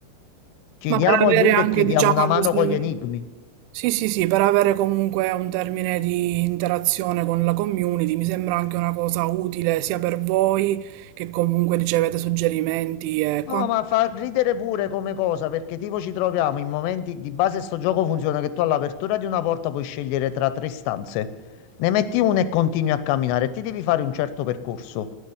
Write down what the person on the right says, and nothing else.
Ma per avere
anche,
diciamo
così,
sì, sì, sì, per avere comunque un termine di interazione con la community, mi sembra anche una cosa utile sia per voi che comunque ricevete suggerimenti e
quant'altro.